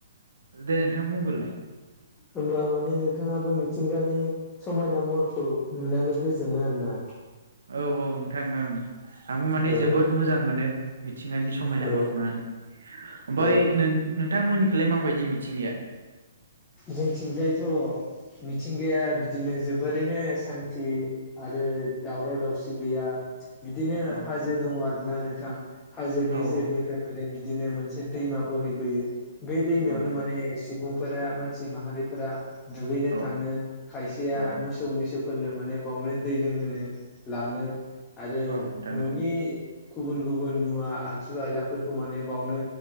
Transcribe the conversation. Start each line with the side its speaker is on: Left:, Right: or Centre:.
Right: दे नोंथां बुंग्रोलाय।
Left: होमबा माने नोंथाङाबो मिथिंगानि समायना महरखौ नुनानै गोजोनो आरो ना?
Right: औ औ नोंथां ओं। आंबो माने
Left: औ
Right: जोबोद मोजां मोनो मिथिंगानि समायना
Left: औ
Right: महरखौ नायनानै ओमफ्राय
Left: औ
Right: नों नोंथांमोननिखिलाय माबायदि मिथिंगाया
Left: जोंथिंजायथ' मिथिंगाया बिदिनो जोबोरैनो सान्थि आरो दावराव दावसि गैया बिदिनो
Right: औ
Left: हाजो
Right: औ
Left: दङ आरो ना नोंथां हाजो गेजेरनिफ्राय
Right: औ
Left: माने बि दिनो मोनसे दैमा बोहैबोयो बे दैमायावनो
Right: औ
Left: माने सुबुंफोरा मानसि माहारिफोरा दुगैनो
Right: औ
Left: थाङो खायसेया
Right: औ
Left: मोसौ मैसो फोरनो माने बावनो दै लोंहोनो लाङो आरो
Right: औ नोंथां
Left: न'नि गुबुन गुबुन मुवा आगजु आयलाफोरखौ माने बावनो